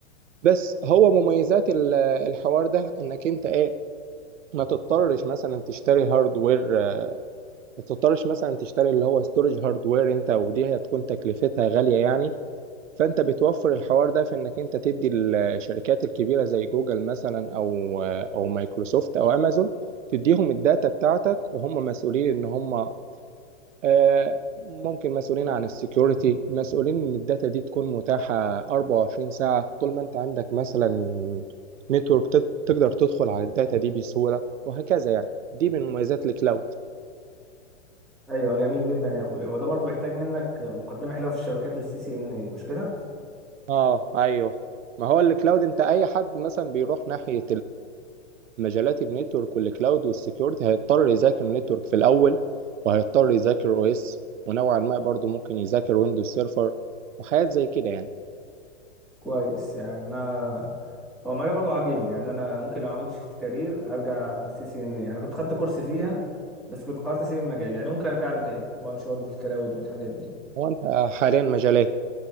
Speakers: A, on the right; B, in the centre.
A: بس هو مميزات ال- الحوار ده انك انت ايه ما تضطرش مثلا تشتري هاردوير آه، ما تضطرش مثلا تشتري اللي هو ستورج هاردوير انت ودي هتكون تكلفتها غالية يعني فانت بتوفر الحوار ده في انك انت تدي الشركات الكبيره زي جوجل مثلا او او مايكروسوفت او امازون تديهم الداتا بتاعتك وهم مسؤولين ان هم آه، ممكن مسؤولين عن السكيورتي مسؤولين ان الداتا دي تكون متاحه 24 ساعه طول ما انت عندك مثلا نتورك تقدر تدخل على الداتا دي بسهوله وهكذا يعني دي من مميزات الكلاود
B: ايوه جميل جدا يا اخويا هو ده برضو بيحتاج منك مقدمه حلوه في الشبكات والسي سي ان اي مش كده
A: اه ايوه ما هو الكلاود انت اي حد مثلا بيروح ناحيه مجالات النتورك والكلاود والسكيورتي هيضطر يذاكر النتورك في الاول وهيضطر يذاكر او اس ونوعا ما برضه ممكن يذاكر ويندوز سيرفر وحاجات زي كده يعني
B: كويس يعني انا هو المجال برضه عاجبني يعني انا ممكن لو عملت شيفت كارير ارجع سي سي ان اي انا كنت خدت كورس فيها بس كنت قررت اسيب المجال يعني ممكن ارجع له تاني وامشي برضه في الكلاود والحاجات دي
A: هو انت حاليا مجال ايه